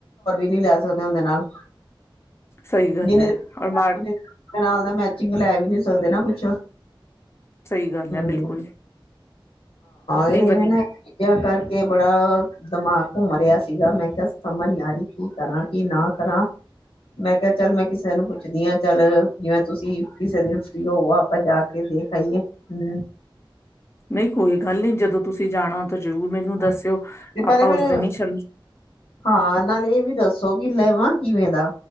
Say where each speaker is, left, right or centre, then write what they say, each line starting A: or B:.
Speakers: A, on the left; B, on the left.
A: ਨੀ ਲੈ ਸਕਦੇ ਓਦੇ ਨਾਲ
B: ਸਹੀ ਗੱਲ
A: ਜਿੰਨੀ
B: ਹੈ
A: ਦੇਰ
B: ਔਰ ਮਾਰ
A: ਮੈ ਚਿੰਗ ਲੈ ਵੀ ਨੀ ਸਕਦੇ ਨਾ ਕੁਛ ਹਮ
B: ਸਹੀ ਗੱਲ ਹੈ ਬਿਲਕੁਲ
A: ਹ ਇਹ
B: ਨਹੀਂ ਵਧੀ
A: ਮਨ ਕਰਕੇ ਬੜਾ ਦਿਮਾਗ ਘੁੰਮ ਰਿਹਾ ਸੀਗਾ ਮੈਂ ਕਿਹਾ ਸਮਝ ਨਹੀਂ ਆ ਰਹੀ ਕੀ ਕਰਾਂ ਕੀ ਨਾ ਕਰਾਂ ਮੈਂ ਕਿਹਾ ਚੱਲ ਮੈਂ ਕਿਸੇ ਨੂੰ ਪੁੱਛਦੀ ਹਾਂ ਚੱਲ ਜਿਵੇਂ ਤੁਸੀਂ ਕਿਸੇ ਦਿਨ ਫਰੀ ਹੋਵੋ ਆਪਾਂ ਜਾ ਕੇ ਦੇਖ ਆਈਏ ਹਮ
B: ਨਹੀਂ ਕੋਈ ਗੱਲ ਨਹੀਂ ਜਦੋਂ ਤੁਸੀਂ ਜਾਣਾ ਤਾਂ ਜਰੂਰ ਮੈਨੂੰ ਦੱਸਿਓ
A: ਹਾਂ ਤੇ ਪਹਿਲੇ
B: ਆਪਾਂ
A: ਮੈਨੂੰ
B: ਉਸ ਦਿਨ ਹੀ ਚੱਲ
A: ਹਾਂ ਨਾਲ ਇਹ ਵੀ ਦੱਸੋ ਕਿ ਲਵਾਂ ਕਿਵੇਂ ਦਾ